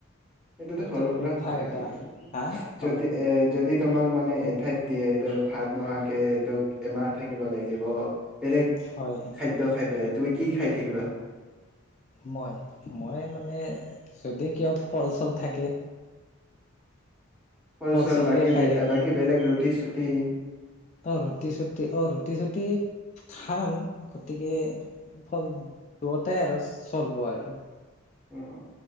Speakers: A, in the centre; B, on the left.
A: সেইটোতো
B: এইটো
A: সৰু
B: অভ্যাস
A: পৰা হয়
B: এটা
A: নাই
B: হা হয়
A: যদি এ যদি তোমাক মানে এঠাইত দিয়ে ত ভাত নোহোৱাকে তোক এমাহ থাকিব লাগিব বেলেগ
B: হয়
A: খাদ্য খাই পেলাই তুমি কি খাই থাকিবা
B: মই মই মানে যদি কিবা ফল চল থাকে
A: ফল চল
B: চলে
A: বাকী
B: খাই থাকিম
A: বাকী বেলেগ ৰুটি চু তেই
B: অ ৰুটি চুটি অ ৰুটি চুটি খাম গতিকে ফ দুয়োটাই আৰু চলিব আৰু
A: উম